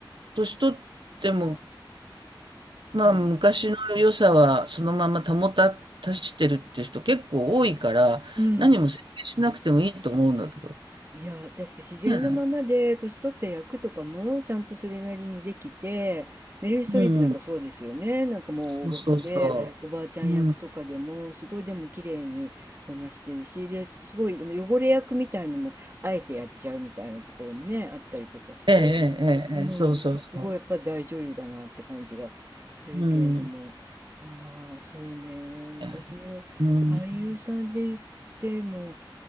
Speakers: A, on the right; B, on the right.
A: 年取っても、まあ、
B: うん。
A: 昔の良さはそのまま保た、たしてるっていう人結構多いから、
B: うん。
A: 何も整形しなくてもいいと思うんだけど。
B: いやー、確か自然なままで、
A: ねえ
B: 年取って役とかもちゃんとそれなりにできて、メリル・ストリープなんかそうですよね。
A: うん。
B: なんかもう大御所で、
A: そうそうそう。
B: おばあちゃん役とかでも、
A: うん。
B: すごいでも綺麗にこなしてるし、で、すごいあの汚れ役みたいのも、あえてやっちゃうみたいなところもね、あったりとかして、
A: ええ、ええ、
B: うん、
A: ええ、ええそうそうそ
B: すごいやっぱり大女優だなって感じがするけれども、
A: う。うん。
B: まあ、そうね、昔の俳優さんで言っても、
A: ええうん。